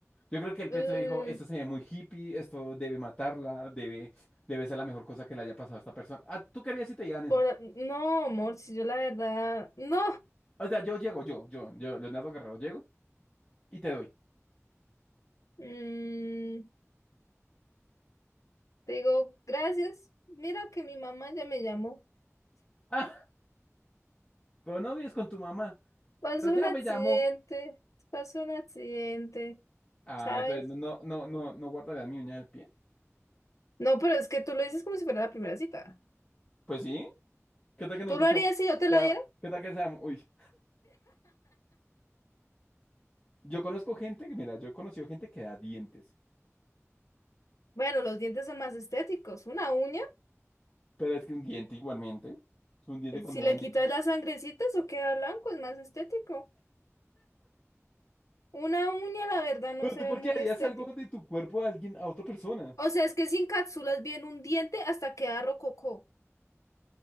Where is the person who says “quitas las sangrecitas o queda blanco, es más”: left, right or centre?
Left